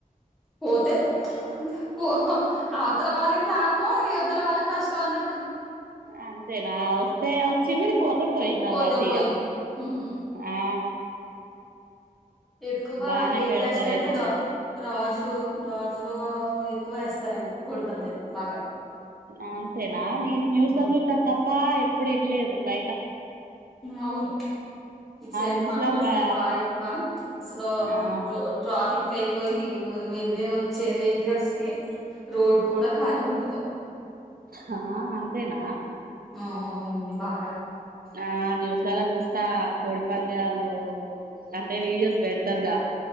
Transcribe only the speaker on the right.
అంతేన వస్తే వచ్చింది పోతే పోయింది అన్నటు
ఇగ
ఆ
బానే
పెడతారేమో
అంతేనా నేను న్యూస్
లో చుట్టమ్ తప్ప ఎప్పుడు ఇన్లేదు <unintelligible>
న్యూస్లల్లా
ఆ
ఆ అంతేన
ఆ న్యూస్లల చూస్త కోడి పంద్యాలు అంటే వీడియోస్ పెడతారుగ